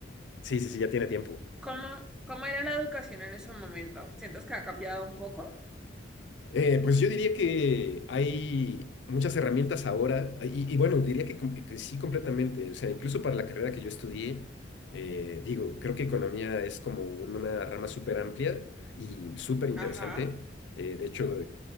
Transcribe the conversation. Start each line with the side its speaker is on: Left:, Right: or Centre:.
Left: Sí, sí, sí, ya tiene tiempo.
Centre: ¿Cómo, cómo era la educación en ese momento? ¿Sientes que ha cambiado un poco?
Left: Eh, pues yo diría que hay muchas herramientas ahora, y, y bueno, diría que, com- que sí completamente, o sea, incluso para la carrera que yo estudié, eh, digo, creo que economía es como una rama súper amplia y súper interesante.
Centre: Ajá,
Left: Eh, de hecho,